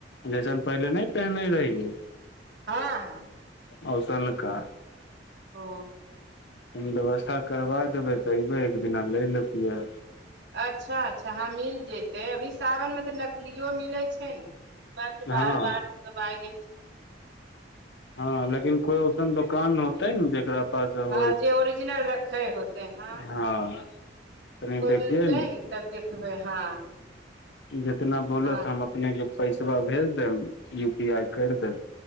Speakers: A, on the left (about 65°); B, on the right (about 65°).
A: जैसन पहिले नहि पहिनै रहियै
B: हँ हँ
A: औसनका
B: ओ
A: तनि व्यवस्था करबा देबै तऽ अयबै एक दिना लै लेतियै
B: अच्छा अच्छा हँ मिल जतै अभी सावनमे तऽ नकलियो मिलै छैय नऽ बात छै
A: हँ
B: बाहर बाहर से सब आ गेल
A: हँ लेकिन कोइ ओसन दोकान होते नऽ जेकरा जकरा पास होइ
B: हँ जे ओरिजिनल रखे होते हँ
A: हँ तनि
B: कोइ
A: देखियै
B: मिलतै
A: ने
B: तब देखबै हँ
A: जितना बोलत
B: हँ
A: हम अपनेके पैसबा भेज देब यू पी आइ करि देब